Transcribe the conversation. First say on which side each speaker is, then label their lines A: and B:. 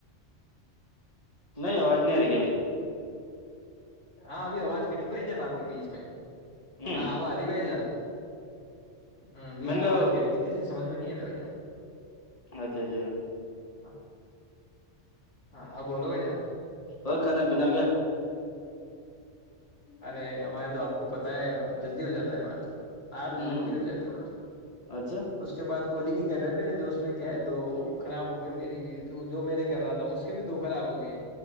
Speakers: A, on the left (about 30°); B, on the left (about 80°).
A: نہیں آوج نہیں آ رہ گیابائی
B: ہاں ابھی آواز کٹی پائے ج ناپ کے بیچ میں
A: ہ
B: ہاں آب ہری بائی جان ہ بیچ
A: نے
B: میں
A: کہا
B: آواز کر گ تھی اس سمج میں نہیں آ تھا بائی ار
A: اچھا اچھا
B: ہاں آ بولو بھائی جان
A: اور کھانا بنا گیا
B: ارے ہمارے تو آپ کو پتہ ہے جلدی ہو جاتا ہے ہمارے ت آٹھ بجے
A: ہ
B: تک پری ہو جاتے ہیں
A: اچھا
B: اس کے بعد کولنگ ہی کر رہے تھے جو اس میں کیا ہے دو خراب ہو گئی میری بھی وہ جو میرے کر رہا تھا اس کے بھی دو خراب ہو گئی